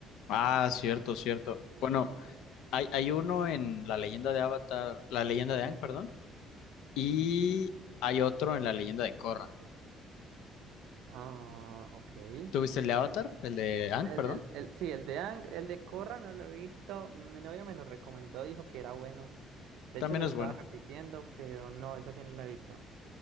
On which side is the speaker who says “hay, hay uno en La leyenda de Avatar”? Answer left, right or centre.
Left